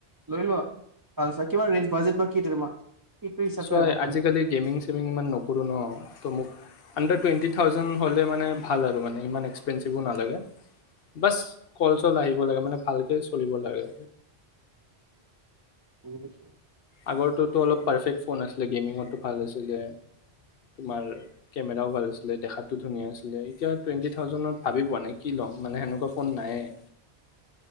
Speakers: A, on the right (about 30°); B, on the left (about 65°).
A: লৈ লোৱা আচ্ছা কিমান ৰেঞ্জ? বাজেট বা কি এতিয়া তোমাৰ? সেইটো হিচাপে
B: ছো
A: হ'ব ফোনটো
B: আজি কালি গেমিং চেমিং ইমান নকৰো ন তো মোক আণ্ডাৰ টুৱেন্টি থাওজেণ্ড হ'লে মানে ভাল আৰু মানে ইমান এক্সপেনঞ্চিভো নালাগে বচ কল চল আহিব লাগে মানে ভালকে চলিব লাগে।
A: কেনে পাইছা?
B: আগৰটো টো অলপ পাৰফেক্ট ফোন আছিলে গেমিঙতো ভাল আছিলে তোমাৰ কেমেৰাও ভাল আছিলে দেখাতো ধুনীয়া আছিলে এতিয়া টুৱেণ্টি থাউজেণ্ডত ভাবি পোৱা নাই কি ল'ম মানে সেনেকুৱা ফোন নায়েই